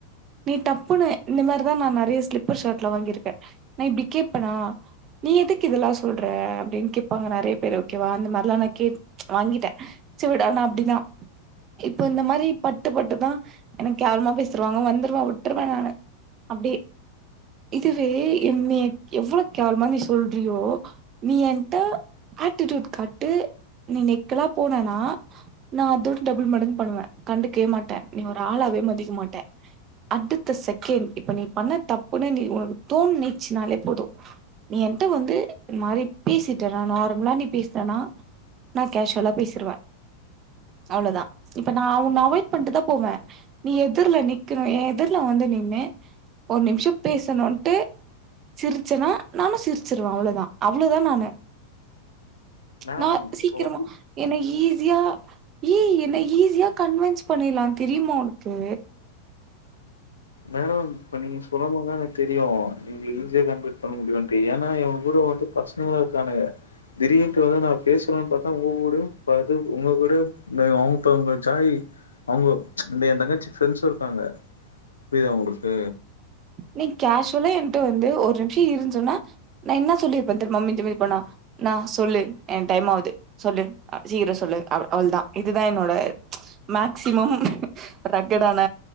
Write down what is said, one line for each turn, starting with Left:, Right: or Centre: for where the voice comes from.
Right: நீ டப்புன்னு இந்த மாரிதா நா நெறைய ஸ்லிப்பர் ஷர்ட்லா வாங்கிருக்க நா இப்டி கேப்பனா நீ எதுக்கு இதல்லா சொல்ற அப்டின் கேப்பாங்க நெறைய பேரு ஓகேவா அந்த மாரிலா நா கேக் வாங்கிட்ட செவிடா நா அப்டினா இப்ப இந்த மாரி பட்டு பட்டுதா என்ன கேவலமா பேசிருவாங்க வந்துருவ விட்ருவ நானு அப்டியே இதுவே என்னய எவ்ளோ கேவலமா நீ சொல்றியோ நீ என்ட்ட ஆட்டிட்யூட் காட்டு நீ நிக்கலா போனனா நா அதோட டபுள் மடங்கு பண்ணுவ கண்டுகயே மாட்ட நீங்க ஒரு ஆளாவே மதிக்க மாட்ட அடுத்த செகண்ட் இப்ப நீ பண்ண தப்புன்னு நீ ஒனக்கு தோன்னீட்ச்சுனாலே போது நீ என்ட்ட வந்து இந்த மாரி பேசிட்டனா நார்மலா நீ பேசுறனா நா காஷ்வலா பேசிருவ அவ்ளோதா இப்ப நா உன்ன அவாய்ட் பண்ட்டுதா போவே நீ எதிர்ல நிக்கணு எ எதிர்ல வந்து நின்னு ஒரு நிம்ஷ பேசணுன்ட்டு சிரிச்சனா நானு சிரிச்சுருவே அவ்ளோதா அவ்ளோதா நானு
Left: மேம்
Right: நா சீக்கிரமா
Left: இப்போ
Right: என்ன ஈசியா ஏ என்ன ஈசியா கன்வன்ஸ் பண்ணிற்லா தெரியுமா ஒனக்கு
Left: மேடம் இப்ப நீங்க சொல்லமோது தா எனக்கு தெரியு எங்கள ஈஸசியா கன்வட் பண்ண முடியுன்ட்டு ஏனா இவங்கூட வந்து பஸ்னங்களு இருக்கானுங்க திடீன்ட்டு வந்து நா பேசுறோனு பாத்தா உங்க கூடயு ப து உங்க கூடயு <unintelligible> ஜாயி அவுங்க இந்த எ தங்கச்சி ஃப்ரெண்ட்ஸு இருக்காங்க புரிதா உங்களுக்கு
Right: நீங் கேஷ்வலா என்ட்ட வந்து ஒரு நிம்ஷ இருன் சொன்னா நா என்ன சொல்லிருப்பே தெர்மா மிஞ்சி மிஞ்சி போனா இன்னா சொல்லு என் டைமாவுது சொல்லு அ சீக்கரோ சொல்லு அவ் அவ்ள்தா இதுதா என்னோட மேக்சிமம் ரக்கடான